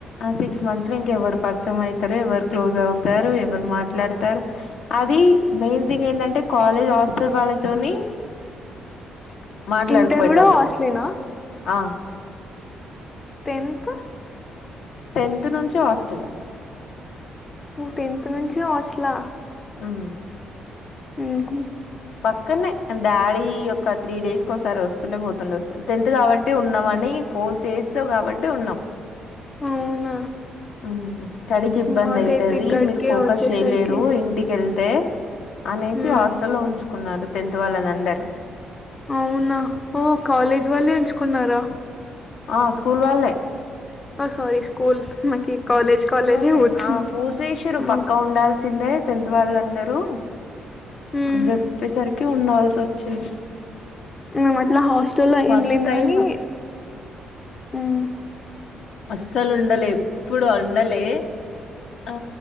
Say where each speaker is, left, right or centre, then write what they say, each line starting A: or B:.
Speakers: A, on the left; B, on the left.
A: ఆ సిక్స్ మంత్స్ లో ఇంకెవరు పరిచయం అవుతారు ఎవరు క్లోజ్ అవుతారు ఎవరు మాట్లాడతారు అది మెయిన్ థింగ్ ఏంటంటే కాలేజ్ హాస్టల్ వాళ్ళతోని ఆ మాట్లాడకాపోయేటోళ్ళం
B: ఇంటర్ కూడా హాస్టలేనా
A: ఆ
B: తెన్త్
A: టెన్త్ నుంచి హాస్టల్
B: నువ్వు టెన్త్ నుంచి హాస్టల్ ఆహ్
A: ఉమ్
B: హ్మ్ హు
A: పక్కనే డాడీ ఒక త్రీ డేస్ ఒకసారి వస్తుండే పోతుండే వస్తుంది టెన్త్ కాబట్టి ఉన్నామని ఫోర్స్ చేస్త కాబట్టి ఉన్నాం
B: అవునా
A: ఉమ్ స్టడీకి ఇబ్బంది
B: మాకైతే
A: అవుతది
B: గడిగే
A: మీరు ఫోకస్
B: వచ్చేసరికి
A: చేయలేరు ఇంటికెళ్తే తే అనేసి
B: ఉమ్,
A: హాస్టల్లో లో ఉంచుకున్నారు టెన్త్ వాళ్ళని అందరు
B: అవునా ఓ కాలేజ్ వాళ్ళే ఉంచుకున్నారా
A: ఆ స్కూల్ వాళ్ళే
B: సారీ స్కూల్ నాకు
A: ఉమ్
B: కాలేజ్
A: స్కూల్
B: కాలేజే
A: వాళ్ళే
B: పోతుంది
A: ఆ ఫోర్స్ చేసిర్రు
B: ఉమ్,
A: పక్క ఉండాల్సిందే టెన్త్ వాళ్ళందరూ
B: ఉమ్.
A: అని చెప్పేసరికి ఉండాల్సి వచ్చింది
B: మేము అట్లా హాస్టల్ల్లో
A: ఫస్ట్
B: ఏం లేము
A: టైం
B: గాని హ్మ్
A: అస్సలు ఉండలే ఎప్పుడు ఉండలే ఆ